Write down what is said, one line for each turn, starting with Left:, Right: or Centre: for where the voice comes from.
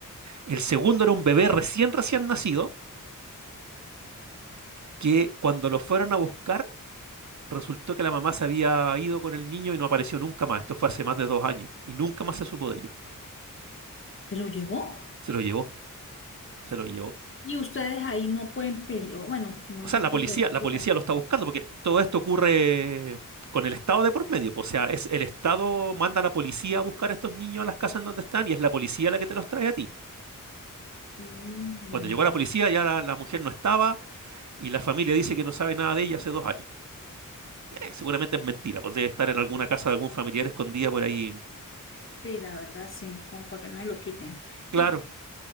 Right: El segundo era un bebé recién, recién nacido que cuando lo fueron a buscar... Resultó que la mamá se había ido con el niño y no apareció nunca más. Esto fue hace más de dos años y nunca más se supo de ellos.
Left: ¿Se lo llevó?
Right: Se lo llevó Se lo llevó.
Left: Y ustedes ahí no pueden pelear. Bueno, como
Right: O
Left: dices
Right: sea, la
Left: tú
Right: policía,
Left: que... de pronto
Right: la policía
Left: la-
Right: lo está buscando porque todo esto ocurre con el Estado de por medio. po. O sea, es el Estado manda a la policía a buscar a estos niños a las casas en donde están y es la policía la que te los trae a ti.
Left: Mm,
Right: Y Cuando llegó la policía ya la, la mujer no estaba y la familia dice que no sabe nada de ella hace dos años. Eh, seguramente es mentira, pues debe estar en alguna casa de algún familiar escondida por ahí.
Left: sí, la verdad, sí, como para que no se lo quiten.
Right: Claro,
Left: Y,